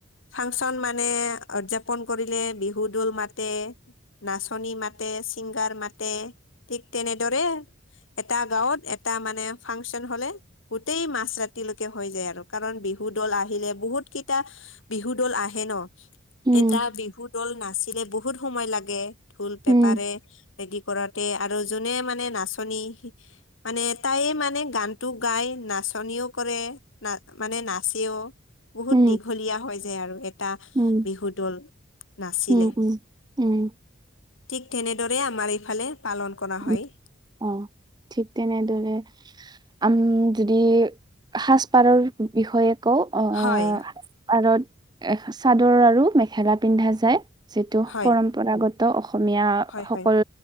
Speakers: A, on the left; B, on the right.
A: ফাংচন মানে উদযাপন কৰিলে বিহু দল মাতে। নাচনী মাতে ছিংগাৰ মাতে ঠিক তেনেদৰে। এটা গাঁৱত এটা মানে ফাংচন হ'লে। গোটেই মাজ ৰাতিলৈকে হৈ যায় আৰু কাৰণ বিহু দল আহিলে বহুত কেইটা বিহু দল আহে ন।
B: উম,
A: এটা বিহু দল নাচিলে বহুত সময় লাগে ঢোল পেপাৰে।
B: উম,
A: ৰেডি কৰাতে আৰু যোনে মানে নাচনী মানে তাইয়ে মানে গানতটো গায় নাচনিও কৰে। না মানে নাচেও বহুত
B: উম,
A: দীঘলীয়া হৈ যায় আৰু এটা
B: উম',
A: বিহু দল নাচিলে
B: উম' উম', উম'।
A: ঠিক তেনেদৰে আমাৰ এইফালে পালন কৰা হয়।
B: উম, অ' ঠিক তেনেদৰে আম যদি সাজ-পাৰৰ বিষয়ে কও আহ
A: হয়
B: আ- আৰত এ চাদৰ আৰু মেখেলা পিন্ধা যায় যিটো
A: হয়
B: পৰম্পৰাগত পৰম্পৰাগত অসমীয়া
A: হয়
B: সকল
A: হয়